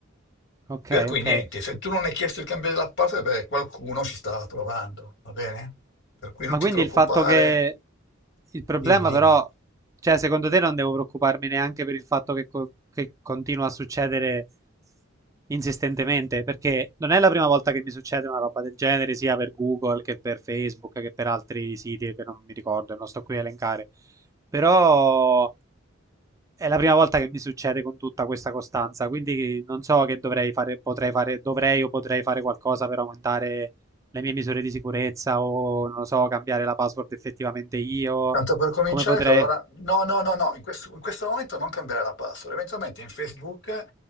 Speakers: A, on the right; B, on the left.
A: okay,
B: Per cui
A: okay.
B: niente, se
A: M
B: tu non hai chiesto il cambio della password, beh, qualcuno ci stava provando, va bene? Per cui non
A: ma
B: ti
A: quindi
B: preoccupare.
A: il fatto che il problema
B: Dimmi, dimmi.
A: però cioè secondo te non devo preoccuparmi neanche per il fatto che, co- che continua a succedere insistentemente, perché non è la prima volta che mi succede una roba del genere, sia per Google che per Facebook che per altri siti che non mi ricordo e non sto qui a elencare. Però È la prima volta che mi succede con tutta questa costanza, quindi non so che dovrei fare, potrei fare, dovrei o potrei fare qualcosa per aumentare le mie misure di sicurezza o non lo so, cambiare la password effettivamente io,
B: Tanto per cominciare,
A: come potrei,
B: cioè, allora, no, no, no, no, in questo, in questo momento non cambiare la password. Eventualmente in Facebook